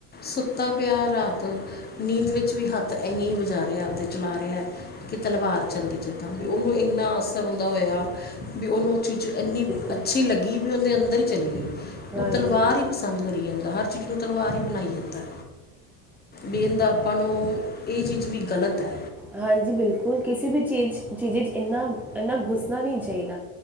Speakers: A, on the left (about 25°); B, in the centre.
A: ਸੁੱਤਾ ਪਿਆ ਰਾਤ, ਨੀਂਦ ਵਿੱਚ ਵੀ ਹੱਥ ਐਈ, ਐਈ ਵਜਾ ਰਿਹਾ ਆਪਦੇ। ਚਲਾ ਰਿਹਾ ਐ ਕਿ ਤਲਵਾਰ ਚੱਲਦੀ ਜਿੱਦਾਂ ਵੀ, ਓਨੂੰ ਇੰਨਾ ਅਸਰ ਉਂਦਾ ਹੋਇਆ ਵੀ ਓਨੂੰ ਓ ਚੀਜ਼ ਇੰਨੀ
B: ਬਿਲਕੁਲ
A: ਅੱਛੀ ਲੱਗੀ। ਵੀ ਉਹਦੇ ਅੰਦਰ ਹੀ ਚਲੀ ਗਈ, ਓ
B: ਹਾਂਜੀ
A: ਤਲਵਾਰ ਈ ਪਸੰਦ ਕਰੀ ਜਾਂਦਾ, ਹਰ ਚੀਜ਼ ਨੂੰ ਤਲਵਾਰ ਹੀ ਬਨਾਈ ਜਾਂਦਾ ਐ, ਬੇਨ ਦਾ ਹੂੰ, ਐ ਚੀਜ਼ ਵੀ ਗਲਤ ਐ।
B: ਹਾਂਜੀ ਬਿਲਕੁਲ, ਕਿਸੇ ਵੀ ਚੀਜ਼, ਚੀਜ਼ 'ਚ ਇੰਨਾ, ਇੰਨਾ ਘੁੱਸਨਾ ਨੀ ਚਾਈਦਾ।